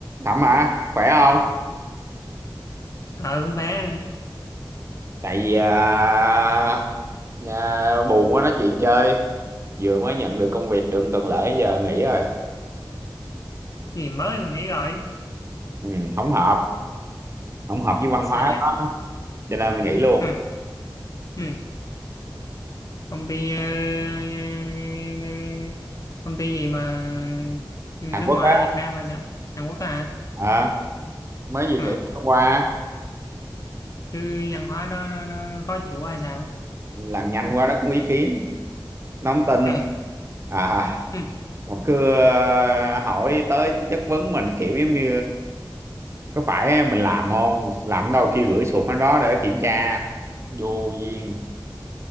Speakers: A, on the right; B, on the left.
A: Thẩm à, khỏe không?
B: ờ cũng bé này.
A: Tại vì à, nhà buồn quá nói chuyện chơi. Vừa mới nhận được công việc được một tuần lễ giờ nghỉ rồi.
B: Cái gì mới mà nghỉ rồi
A: Ừ, không hợp, không hợp với văn
B: sao
A: hóa
B: vậy
A: đó. Cho nên mình nghỉ luôn.
B: ừ. Ừ. công ty ờ, ờ, ờ, ờ, công ty gì mà nước
A: Hàn Quốc
B: ngoài
A: á,
B: hay Việt Nam hay sao Hàn Quốc á hả
A: à, mới vừa nghỉ
B: ừ.
A: hôm qua,
B: chứ văn hóa đó nó, nó khó chịu quá hay sao
A: làm nhanh quá nó cũng ý kiến, nó không tin.
B: trời
A: À,
B: ừ.
A: mà cứ ờ, hỏi tới chất vấn mình kiểu giống như có phải mình làm không? Làm đâu kêu gửi sụt nó đó để kiểm tra. Vô duyên.